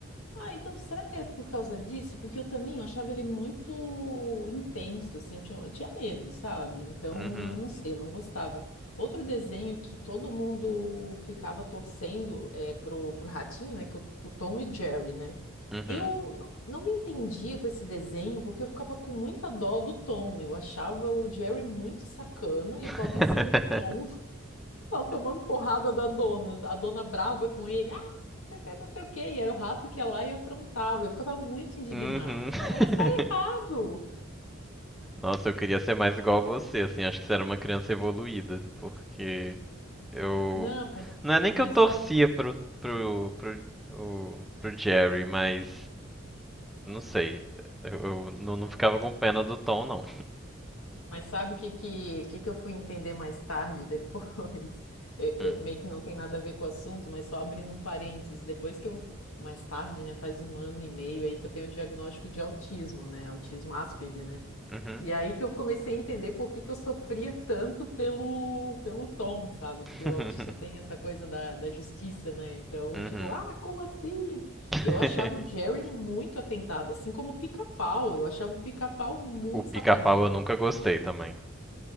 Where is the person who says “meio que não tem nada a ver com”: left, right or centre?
Left